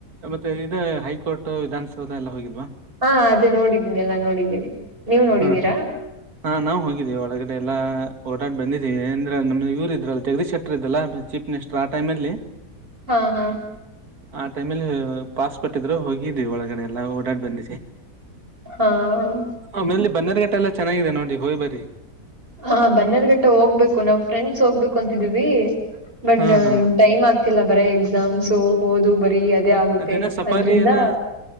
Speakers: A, on the right; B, on the right.
A: ಮತ್ತೆ ಇ ಹೈಕೋರ್ಟ್ ವಿಧಾನಸೌಧ ಎಲ್ಲಾ ಹೋಗಿಲ್ವಾ
B: ಹಾ ಅದು ನೋಡಿದ್ದೀನಿ ಎಲ್ಲಾ ನೋಡಿದ್ದೀನಿ ನೀವ್ ನೋಡಿದೀರಾ
A: ಹ್ಮ್ ಹ್ಮ್ ಹಾ ನಾವು ಹೋಗಿದೀವಿ ಒಳಗಡೆ ಎಲ್ಲಾ ಓಡಾಡ್ ಬಂದಿದೀವಿ ಅಂದ್ರ ನಮ್ದ ಇವರು ಇದ್ರಲ್ಲ ಜಗದೀಶ್ ಶೆಟ್ಟರ್ ಇದ್ದ್ರಲ್ಲಾ ಚೀಫ ಮಿನಿಸ್ಟರ್ ಆ ಟೈಮ್ ಅಲ್ಲಿ
B: ಹಾ ಹಾ
A: ಆ ಟೈಮಲ್ಲಿ ಪಾಸ್ ಕೊಟ್ಟಿದ್ರು ಹೋಗಿದ್ವಿ ಒಳಗಡೆ ಎಲ್ಲಾ ಓಡಾಡ್ ಬಂದಿವಿ
B: ಹಾ
A: ಆಮೇಲಿ ಬನ್ನೆರಗಟ್ಟಾ ಎಲ್ಲಾ ಚೆನ್ನಾಗಿದೆ ನೋಡಿ ಹೋಗಿ ಬರಿ
B: ಹಾ ಬನ್ನೆರಗಟ್ಟಾ ಹೋಗ್ಬೇಕು ನಾವ್ ಫ್ರೆಂಡ್ಸ್ ಹೋಗ್ಬೇಕು ಅಂತಿದೀವಿ ಬಟ್
A: ಹಾ
B: ನಮ್ಗೆ
A: ಹಾ
B: ಟೈಮ್ ಆಗ್ತಿಲ್ಲಾ ಬರೆ ಎಕ್ಸಾಮ್ಸ್ ಓದು ಬರ ಬರಿ ಅದೇ ಆಗುತ್ತೆ
A: ಅದೇನ ಸಫಾರಿ
B: ಅದ್ರಿಂದ
A: ಏನ